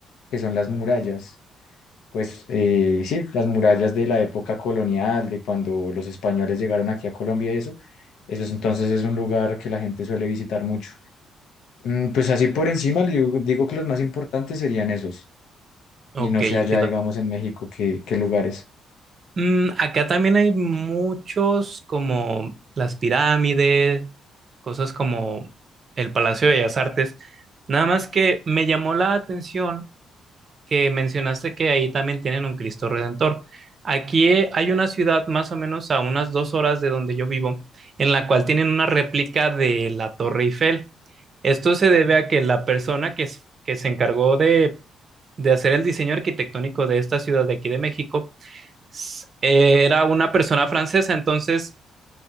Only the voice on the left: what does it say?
que son las murallas. Pues eh, sí, las murallas de la época colonial, de cuando los españoles llegaron aquí a Colombia y eso. Eso es, entonces es un lugar que la gente suele visitar mucho. Mm, Pues así por encima, le digo digo que los más importantes serían esos.
Y no sé
allá, digamos, en México, qué, qué lugares.